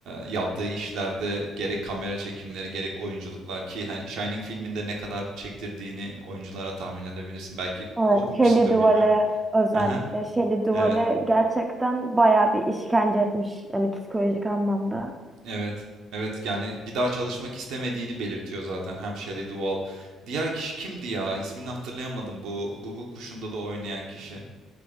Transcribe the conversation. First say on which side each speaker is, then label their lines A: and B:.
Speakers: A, on the right; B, on the right.
A: yaptığı işlerde gerek kamera çekimleri gerek oyunculuklar ki hani Shining filminde ne kadar çektirdiğini oyunculara tahmin edebilirsin. Belki
B: Evet,
A: okumuşsundur
B: Shelley Duvall'e
A: bilmiyorum.
B: özellikle
A: Haha,
B: Shelley Duvall'e
A: Evet,
B: gerçekten bayağı bir işkence etmiş yani psikolojik anlamda.
A: evet, evet. Yani bir daha çalışmak istemediğini belirtiyor zaten hem Shelley Duvall. Diğer kişi kimdi ya? İsmini hatırlayamadım bu Guguk Kuşu'nda da oynayan kişi.